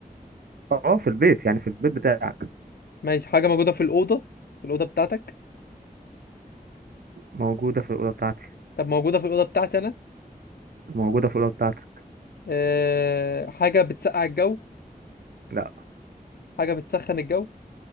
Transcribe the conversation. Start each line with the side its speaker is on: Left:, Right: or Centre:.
Right: اه في البيت يعني في البيت بتاعك
Left: ماشي حاجه موجوده في الاوضه في الاوضه بتاعتك
Right: موجوده في الاوضه بتاعتي
Left: طب موجوده في الاوضه بتاعتي انا
Right: موجوده في الاوضه بتاعتك
Left: أه... حاجه بتسقع الجو
Right: لا
Left: حاجه بتسخن الجو